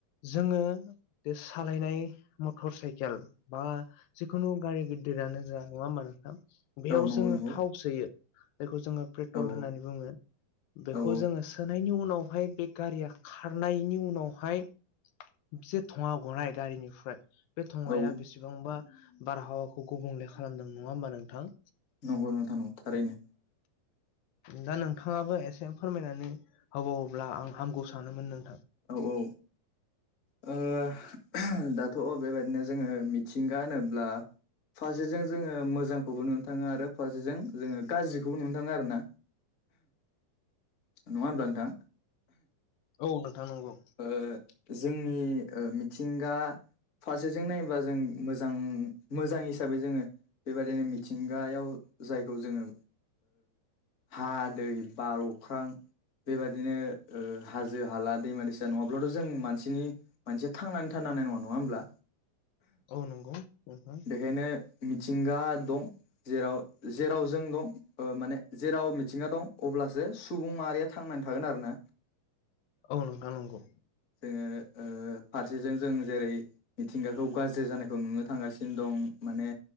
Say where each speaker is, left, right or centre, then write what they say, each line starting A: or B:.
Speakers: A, on the left (about 80°); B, on the left (about 35°).
A: जोङो बे सालायनाय मटर साइकेल बा जिखुनु गारि गिदिरानो जा नङा ओमबा नोंथां बेयाव
B: औ नंगौ
A: जोङो
B: नंगौ
A: थाव सोयो जायखौ जोङो पेट्रल
B: औ
A: होननानै बुङो बेखौ
B: औ
A: जोङो सोनायनि उ नावहाय बे गारिया खारनायनि उनावहाय बिजे धङा गनाय गारिनिफ्राय बे धङाया
B: औ
A: बेसेबांबा बारहावाखौ गुबुंले खालामदों नङा होमबा नोंथां
B: नंगौ नोंथां थारैनो
A: दा नोंथाङाबो एसे फोरमायनानै होबावोब्ला आं हामगौ सानोमोन नोंथां।
B: औ औ <inaudible> दाथ' बेबायदिनो जोङो मिथिंगा होनोब्ला। फारसेजों जोङो मोजांखौबो नुनो थाङो आरो फारसेजों जोङो गाज्रिखौबो नुनो थाङो आरोना नङा होमब्ला नोंथां?
A: औ नोंथां नंगौ।
B: ओ जोंनि मिथिंगा फारसेजों नायोबा जों मोजां मोजां हिसाबै जोंङो बेबाददिनो मिथिंगायाव जायखौ जोंङो हा, दै, बार, अख्रां बेबादिनो हाजो - हाला दैमानि नङाब्लाथ' जों मानसिनि मानसिया थांनानै थानो हानाय नंङा होमब्ला
A: औ नंगौ नोंथां
B: बेखायनो मिथिंगा दं जेराव जेराव जों दं माने जेराव मिथिंङा दं अब्लासो सुबुं माहारिया थांनानै नानै थागोन आरोना।
A: औ नोंथां नंगौ
B: जोंङो। फारसेजों जों जेरै मिथिंगाखौ गाज्रि जानायखौ नुनो थांगासिनो दं माने